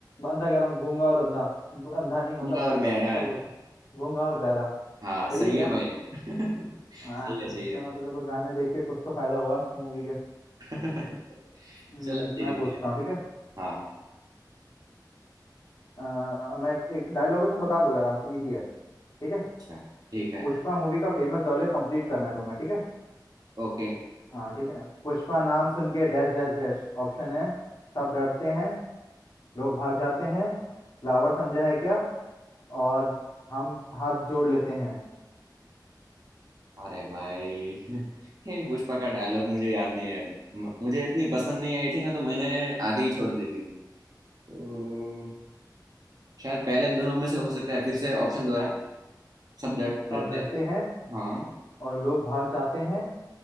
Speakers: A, on the left; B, on the right.
A: अंधा कह रहा हूँ गूंगा और अंधा ब- अंधा नहीं मतलब
B: गूंगा और बहरा
A: क्या
B: है
A: बोलते हैं गूंगा और बहरा
B: हाँ
A: सही
B: सही
A: है क्या
B: है भाई <laughs> सही
A: आह,
B: है सही
A: इतना
B: है
A: तो चलो गाने देख के कुछ तो फायदा हुआ मूवी के
B: <laughs>
A: हम्म,
B: चल अब तेरी
A: मैं
B: बारी
A: पूछता हूँ ठीक है
B: हाँ
A: अ, मैं एक डायलॉग है तुम बता दोगे आराम से इजी है ठीक है
B: अच्छा ठीक है
A: पुष्पा मूवी का फेमस डायलॉग कंप्लीट करना है तुम्हें ठीक है
B: ओके
A: हाँ ठीक है पुष्पा नाम सुन के डैश डैश डैश ऑप्शन है सब डरते हैं लोग भाग जाते हैं फ्लावर समझा है क्या और हम हाथ जोड़ लेते हैं
B: अरे भाई <laughs> ये पुष्पा का डायलॉग मुझे याद नहीं है म- मुझे इतनी पसंद नहीं आई थी ना तो मैंने आधी ही छोड़ दी थी तो शायद पहले दोनों में से हो सकता है फिर से ऑप्शन दोहरा सब डर
A: सब
B: डरते
A: डरते
B: हैं
A: हैं
B: हाँ
A: और लोग भाग जाते हैं